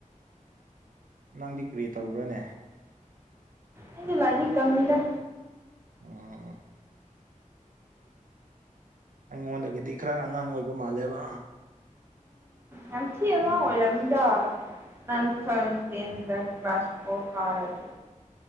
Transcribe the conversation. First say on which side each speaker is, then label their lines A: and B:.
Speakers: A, on the right (about 75°); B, on the right (about 15°).
A: ꯅꯪꯗꯤ ꯀꯔꯤ ꯇꯧꯕ꯭ꯔꯅꯦ
B: ꯑꯩꯗꯤ ꯂꯥꯏꯔꯤꯛ ꯇꯝꯃꯤꯗ
A: ꯑꯣ ꯑꯩꯉꯣꯟꯗꯒꯤꯗꯤ ꯈꯔ ꯑꯉꯥꯡ ꯑꯣꯏꯕ ꯃꯥꯜꯂꯦꯕ
B: ꯌꯥꯝꯊꯤ ꯑꯉꯥꯡ
A: ꯎꯝ
B: ꯑꯣꯏꯔꯝꯅꯤꯗ ꯅꯪ UNINTELLIGIBLE ꯇꯦꯟ ꯗ ꯀ꯭ꯂꯥꯁ ꯐꯣꯔ ꯀꯥꯔꯗꯤ